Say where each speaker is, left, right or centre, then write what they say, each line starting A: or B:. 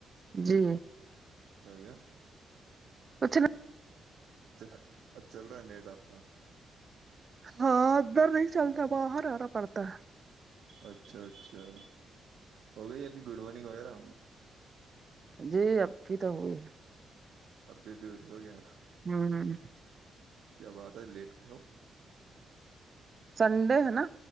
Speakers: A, on the right; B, on the right.
A: جی
B: کیا ہو گیا
A: کچھ نا
B: اچھا اب چل رہا ہے نیٹ آپ کا
A: ہاں ادھر نہیں چلتا باہر آرا پڑتا
B: اچھا اچھا ہو گئی اب کی گڈ مارننگ وغیرہ
A: جی ابھی تو ہوی ہے
B: ابھی بیوٹے ہو گیا
A: ھمم
B: کیا بات ہے لیٹھا ہو
A: سنڈے ہے نا